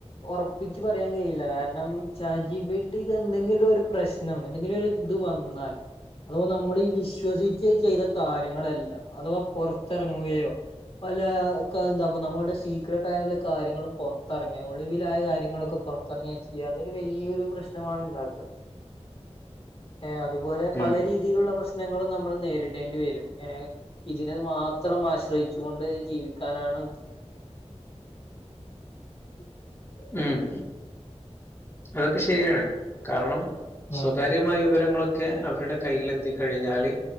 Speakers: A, on the left; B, on the left.
A: ഉറപ്പിച്ച് പറയാൻ കഴിയില്ല കാരണം കാരണം ചാറ്റ് ജി പിട്ടിക് എന്തെങ്കിലും ഒരു പ്രശ്നം എന്തെങ്കിലും ഒരു ഇത് വന്നാൽ അഥവാ നമ്മൾീ വിശ്വസച്ച് ചെയ്ത കാര്യങ്ങളെല്ലാം അഥവാ പുറത്തിറങ്ങുകയോ അല്ല എന്താ അപ്പൊ നമ്മുടെ സീക്രട്ട ആായുള്ള കാര്യങ്ങളും പുറത്തിറങ്ങിയ ഒളിവിലായ കാര്യങ്ങളൊക്കെ പുറത്തിറങ്ങിയ ചെയ്യുക അതൊരു വ ഈ ഒരു പ്രശ്നമാണ് ഉണ്ടാക്കുക
B: <unintelligible>
A: ഏ അതുപോലെ
B: ഉം
A: പല രീതിയിലുള്ള പ്രശ്നം പ്രശ്നങ്ങളും നമ്മൾ നേരിടേണ്ടി വരും ഇതിനത് മാത്രം ആശ്രയിച്ചു കൊണ്ട് ജീവിക്കാനാണ് <unintelligible>
B: ഉം അതൊക്കെ ശരിയാണ് കാരണം
A: ഉം
B: സ്വകാര്യമായ വിവരങ്ങളൊക്കെ ഒക്കെ അവരുടെ കയ്ൽ എത്തിക്കഴിഞ്ഞാല്